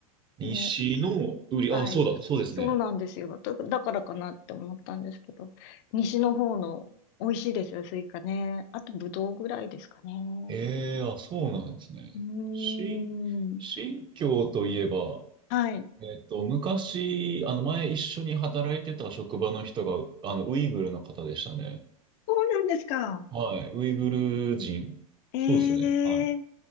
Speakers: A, on the right; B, on the left.
A: 西の売り、
B: ねはい。
A: あ、そうだ、そうですね。
B: そうなんですよ。だだからかなって思ったんですけど、西の方の美味しいですよ、スイカね。あと、ぶどうぐらいですかね。
A: ええ、あ、そうなんですね。
B: うーん。
A: 新、新疆といえば、
B: はい。
A: えっと、昔、あの、前一緒に働いてた職場の人が、あの、ウイグルの方でしたね。
B: そうなんですか。
A: はい。ウイグル人。
B: ええー
A: そうですね。は